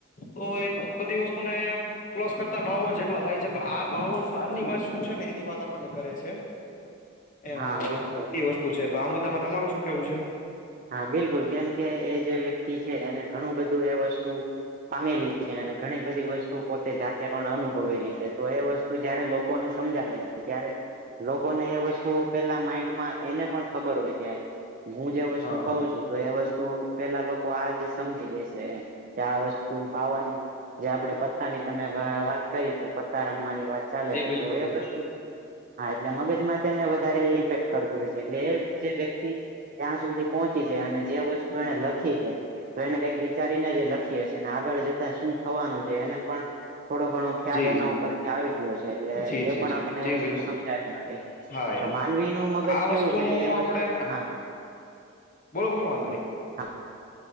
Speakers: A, on the left; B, on the right.
A: ઓ એ બધી વસ્તુને પ્લસ કરતા બાવન જેટલા થાય છે તો આ બાવન બારની વાત શું છે ને એની વાત આપણને કરે છે એમ
B: હા બિલકુલ
A: એ વસ્તુ છે તો આ મુદ્દામાં તમારું શું કેવું છે
B: હા બિલકુલ કેમ કે એ જે વ્યક્તિ છે એને ઘણું બધું એ વસ્તુ પામેલી છે અને ઘણી બધી વસ્તુ પોતે જાતે પણ અનુભવેલી છે તો એ વસ્તુ તો જયારે લોકોને સમજાવે છે ત્યારે લોકોને એ વસ્તુ પેલા માઈન્ડમાં એને પણ ખબર હોય કે હું જે વસ્તુ
A: હા
B: કહઉ
A: હા
B: છું તો એ વસ્તુ પેલા લોકો આજ સમજી લેશે એમ કે આ વસ્તુ બાવાને જે આપડે પત્તા ની તમે વાત કરી કે પત્તા રમવાની વાત ચાલે
A: જી
B: છે
A: બિલકુલ
B: તો એ
A: બિલકુલ
B: વસ્તુ હા એટલે મગજ ને વધારે ઇફેક્ટ કરતું હોય છે એટલે એ જે વ્યક્તિ ત્યાં સુધી અને જે વસ્તુ એને લખી છે તો એને કઈક વિચારીને જે લખી હશે આગળ જતા શું થવાનું છે એને પણ થોડો ઘણો ખ્યાલ
A: જી
B: એના
A: જી
B: ઉપરથી્યા આવી ગયો છે એટલે
A: જી
B: એ
A: જી
B: પણ
A: જી
B: આપણને
A: જી
B: વસ્તુ
A: બિલકુલ
B: સમજાવી માંગે છે
A: હા
B: તો
A: એમ
B: માનવી નું મગજ
A: આ
B: કેવું
A: વસ્તુનું
B: છે કે એ
A: આપડે
B: વસ્તુ હા
A: બોલો બોલો વાંધ નહી
B: હા